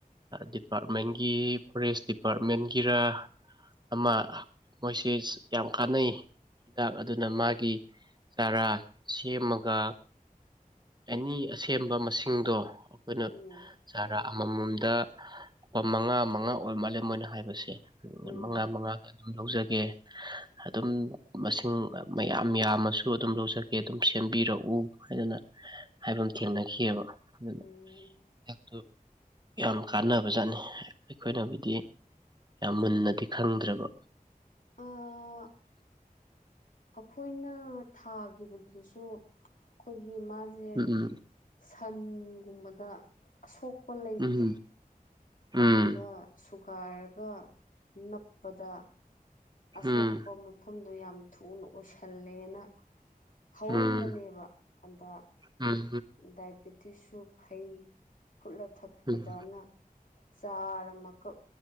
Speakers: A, on the right; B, on the left.
A: ꯗꯤꯄꯥꯔꯠꯦꯟ ꯃꯒꯤ ꯐꯣꯔꯦꯁ ꯗꯤꯄꯥꯔꯠꯃꯦꯟꯒꯤꯔ ꯑꯃ ꯃꯣꯏꯁꯦ ꯌꯥꯝ ꯀꯥꯟꯅꯩ ꯍꯤꯗꯥꯛ ꯑꯗꯨꯅ ꯃꯥꯒꯤ ꯆꯥꯔꯥ ꯁꯦꯝꯃꯒ ꯑꯦꯅꯤ ꯑꯁꯦꯡꯕ ꯃꯁꯤꯡꯗꯣ ꯑꯩꯈꯣꯏꯅ
B: ꯎꯝ
A: ꯆꯥꯔꯥ ꯑꯃꯃꯝꯗ ꯂꯨꯄꯥ ꯃꯉꯥ ꯃꯉꯥ ꯑꯣꯏ ꯃꯥꯜꯂꯦ ꯃꯣꯏꯅ ꯍꯥꯏꯕꯁꯦ
B: ꯎꯝ
A: ꯃꯉꯥ ꯃꯉꯥ ꯑꯗꯨꯝ ꯂꯧꯖꯒꯦ ꯑꯗꯨꯝ ꯃꯁꯤꯡ ꯃꯌꯥꯝ ꯌꯥꯝꯃꯁꯨ ꯑꯗꯨꯝ ꯂꯧꯖꯒꯦ ꯑꯗꯨꯝ ꯁꯦꯝꯕꯤꯔꯛꯎ ꯍꯥꯏꯗꯅ ꯍꯥꯏꯕ ꯊꯦꯡꯅꯈꯤꯑꯕ ꯑꯗꯨꯅ
B: ꯎꯝ
A: ꯍꯤꯗꯛꯇꯨ ꯌꯥꯝ ꯀꯥꯟꯅꯕꯖꯥꯠꯅꯤ ꯑꯩꯈꯣꯏꯅꯕꯨꯗꯤ ꯌꯥꯝ ꯃꯨꯟꯅꯗꯤ ꯈꯪꯗ꯭ꯔꯕ
B: ꯑ ꯑꯩꯈꯣꯏꯅ ꯊꯥꯒꯤꯈꯤꯕꯗꯨꯗꯁꯨ ꯑꯩꯈꯣꯏꯒꯤ ꯃꯥꯁꯦ
A: ꯎꯝ
B: ꯁꯟꯒꯨꯝꯕꯗ ꯑꯁꯣꯛ ꯑꯄꯟ ꯂꯩꯕꯗꯣ
A: ꯎꯝ ꯎꯝ
B: ꯑꯗꯨꯒ
A: ꯎꯝ
B: ꯁꯨꯒꯥꯏꯔꯒ ꯅꯞꯄꯗ ꯑꯁꯣꯛꯄ
A: ꯎꯝ
B: ꯃꯐꯝꯗꯨ ꯌꯥꯝ ꯊꯨꯅ ꯑꯣꯏꯁꯜꯂꯦꯅ ꯍꯧꯔꯝꯕꯅꯦꯕ
A: ꯎꯝ
B: ꯑꯗ
A: ꯎꯝ
B: ꯗꯥꯏꯕꯦꯇꯤꯁꯁꯨ ꯐꯩ ꯐꯨꯠꯂ ꯊꯛꯄꯗꯅ
A: ꯎꯝ
B: ꯆꯥꯔ ꯑꯃꯀꯛ